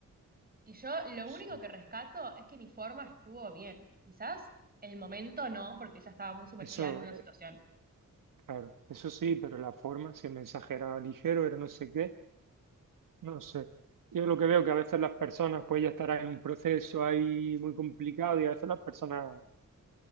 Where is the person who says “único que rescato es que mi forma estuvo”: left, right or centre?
Right